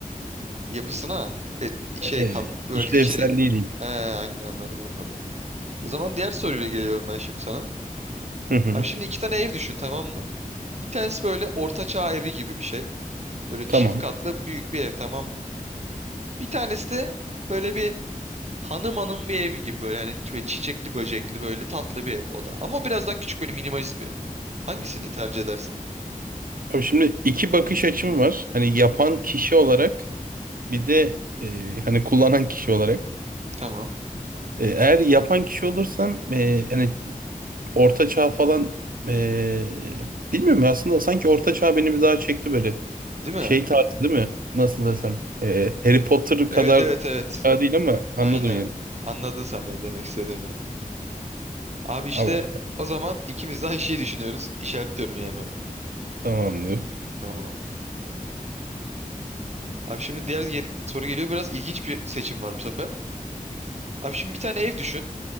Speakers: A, on the right; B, on the right.
A: Yapısına e, şey
B: E,
A: kat böyle
B: işlevselliği
A: içeri. He, aynen anladım anladım. O zaman diğer soruyla geliyorum ben şimdi sana.
B: Hı hı.
A: Abi şimdi iki tane ev düşün tamam mı? Bir tanesi böyle ortaçağ evi gibi bir şey. Böyle
B: Tamam.
A: çift katlı büyük bir ev tamam mı? Bir tanesi de böyle bir hanım hanım bir ev gibi böyle hani böyle çiçekli böcekli böyle tatlı bir ev o da. Ama biraz daha küçük böyle minimalist bir ev. Hangisini tercih edersin?
B: Abi şimdi iki bakış açım var. Hani yapan kişi olarak bir de e, hani kullanan kişi olarak.
A: Tamam.
B: E, eğer yapan kişi olursam e, hani orta çağ falan e, bilmiyorum ya aslında sanki orta çağ beni bir daha çekti böyle.
A: Değil mi?
B: Şey tarzı değil mi? Nasıl desem. E, Harry Potter kadar
A: Evet evet evet.
B: çağ değil ama anladım
A: Aynen.
B: yani.
A: Anladın sen benim demek istediğimi. Abi işte
B: Ama
A: o zaman ikimiz de aynı şeyi <laughs> düşünüyoruz. İşaretliyorum yani ben.
B: tamamdır.
A: Tamam. Abi şimdi diğer gel- soru geliyor. Biraz ilginç bir seçim var bu sefer. Abi şimdi bir tane ev düşün.